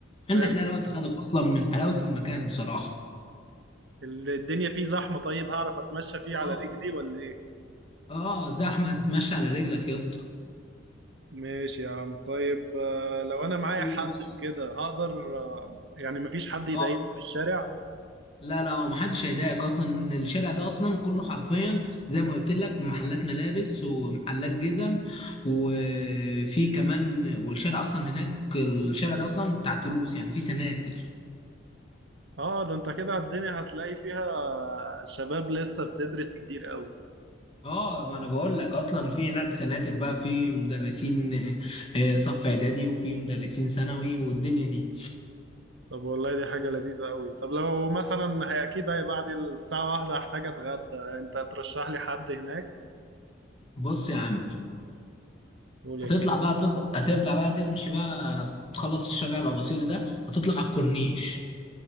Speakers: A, on the left; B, on the right.
A: انت
B: حلو
A: هتلاقي الوقت خدك أصلا من حلاوة المكان بصراحة
B: ال- الدنيا فيه زحمة طيب هعرف اتمشى فيه
A: اه
B: على رجلي ولا ايه
A: اه زحمة تتمشى على رجلك يا اسطى
B: ماشي يا عم طيب آه، لو انا معايا
A: وبص
B: حد وكده هقدر آه، يعني مفيش حد يضايقني
A: اه
B: في الشارع
A: لا لا هو محدش هيضايقك اصلا الشارع ده اصلا كله حرفيا زي ما قلت لك محلات ملابس ومحلات جزم وفي كمان والشارع اصلا هناك الشارع ده اصلا بتاع دروس يعني في سناتر
B: اه ده انت كده الدنيا هتلاقي فيها شباب لسه بتدرس كتير قوي
A: اه ما انا بقول لك اصلا في هناك سناتر بقى في مدرسين آه، آه، صف اعدادي وفي مدرسين ثانوي والدنيا دي
B: طب والله دي حاجة لذيذة قوي طب لو مثلا هي اكيد هي بعد الساعة واحدة هحتاج اتغدى انت ترشح لي حد هناك
A: بص يا عم
B: قول
A: هتطلع
B: يا كبير
A: بقى تض... هترجع بقى تمشي بقى تخلص الشارع الأباصيري ده هتطلع على الكورنيش